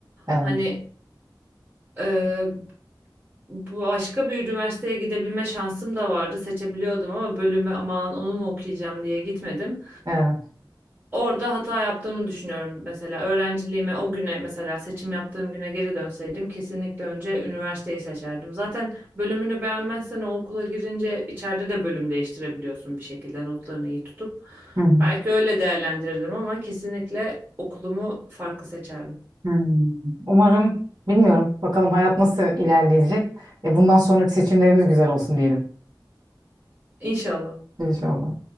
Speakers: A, on the right; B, on the right.
A: Evet,
B: Hani Ee, başka bir üniversiteye gidebilme şansım da vardı. Seçebiliyordum ama bölümü aman onu mu okuyacağım diye gitmedim.
A: evet.
B: Orada hata yaptığımı düşünüyorum mesela. Öğrenciliğime o güne mesela seçim yaptığım güne geri dönseydim kesinlikle önce üniversiteyi seçerdim. Zaten bölümünü beğenmezsen o okula girince içeride de bölüm değiştirebiliyorsun bir şekilde notlarını iyi tutup.
A: Hı hı.
B: Belki öyle değerlendirirdim ama kesinlikle okulumu farklı seçerdim.
A: Hmm. Umarım, bilmiyorum. Bakalım hayat nasıl ilerleyecek. E, bundan sonraki seçimlerimiz güzel olsun diyelim.
B: İnşallah.
A: İnşallah.